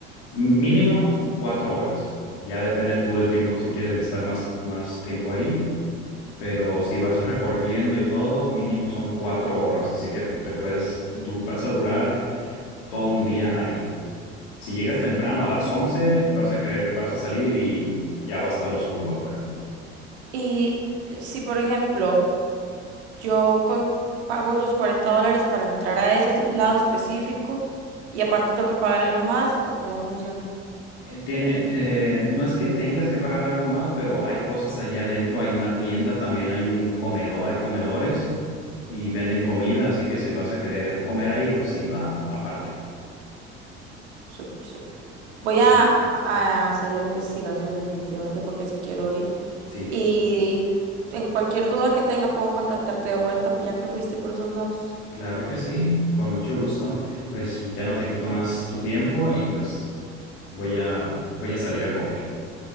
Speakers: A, on the left; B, on the right.
A: mínimo cuatro horas. Ya depende tú del tiempo si quieres estar más, más tiempo ahí. Pero si vas recorriendo y todo, mínimo son cuatro horas. Así que pues, te puedes, du- vas a durar todo un día ahí. Si llegas temprano a las 11 vas a querer, vas a salir y ya va a estar oscuro afuera.
B: Y eh, si, por ejemplo, yo con- pago esos 40 dólares para entrar a ese lado específico y aparte tengo que pagar algo más, ¿o cómo funciona?
A: Eh, Tiene, eh, no es que tengas que pagar algo más, pero hay cosas allá adentro. Hay una tienda, también hay un comedor, hay comedores y venden comida, así que si vas a querer comer ahí, pues sí, va aparte.
B: Súper, súper. Voy
A: Sí,
B: a, a hacer la investigación definitivamente porque si quiero ir.
A: sí,
B: Y en cualquier duda que tenga puedo contactarte de vuelta, pues ya que fuiste por esos lados.
A: claro que sí, con mucho gusto. Pues ya no te quito más tu tiempo y pues voy a, voy a salir a comer.